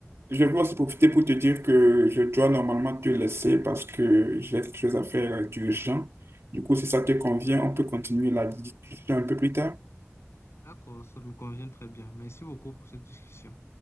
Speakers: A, on the right; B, on the left.
A: je veux aussi profiter pour te dire que je dois normalement te laisser parce que j'ai quelque chose à faire euh, d'urgent. Du coup, si ça te convient, on peut continuer la discussion un peu plus tard.
B: D'accord, ça me convient très bien. Merci beaucoup pour cette discussion.